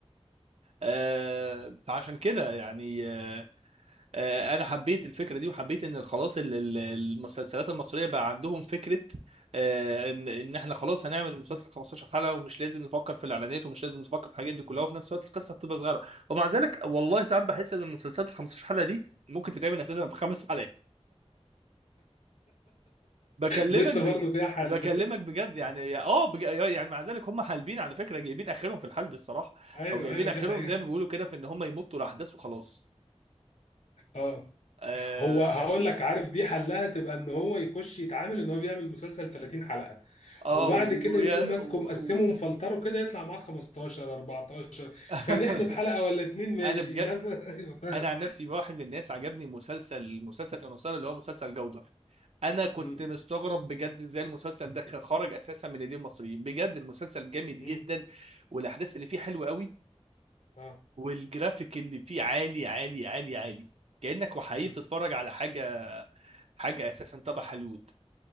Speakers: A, on the right (about 65°); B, on the left (about 80°).
A: آه، فعشان كده يعني آه، آه، انا حبيت الفكرة دي وحبيت ان خلاص ال- ال- المسلسلات المصرية بقى عندهم فكرة آه، ان ان احنا خلاص هنعمل مسلسل 15 حلقة ومش لازم نفكر في الاعلانات ومش لازم نفكر في الحاجات دي كلها وفي نفس الوقت القصة بتبقى صغيرة ومع ذلك والله ساعات بحس ان المسلسلات ال 15 حلقة دي ممكن تتعمل اساسا في خمس بكلمك
B: لسه
A: بج...
B: برضو فيها حل
A: بكلمك بجد يعني يا- اه بج... يعني مع ذلك هم حالبين على فكره جايبين اخرهم في الحلب الصراحه
B: <laughs> ايوه
A: او جايبين
B: ايوه
A: اخرهم
B: دي حقيقة
A: زي ما بيقولوا كده في ان هم يمطوا الاحداث وخلاص
B: اه
A: اه
B: هو هقول لك عارف دي حلها تبقى ان هو يخش يتعامل ان هو بيعمل مسلسل 30 حلقة
A: اه
B: وبعد
A: ويا...
B: كده يقوم ماسكه
A: و...
B: مقسمه
A: و...
B: مفلتره كده يطلع معاه 15 14
A: <laughs>
B: فنحلب حلقة ولا اتنين ماشي
A: انا بجد
B: انما <laughs> ايوه فعلا
A: انا عن نفسي واحد من الناس عجبني مسلسل المسلسل كان مسلسل اللي هو مسلسل جودر انا كنت
B: مم.
A: مستغرب بجد ازاي المسلسل ده خرج اساسا من ايدين المصريين بجد المسلسل جامد جدا
B: مم.
A: والاحداث اللي فيه حلوه قوي
B: اه
A: والجرافيك اللي فيه عالي عالي عالي عالي كأنك وحقيقي
B: مم.
A: بتتفرج على حاجة حاجة اساسا تبع هوليوود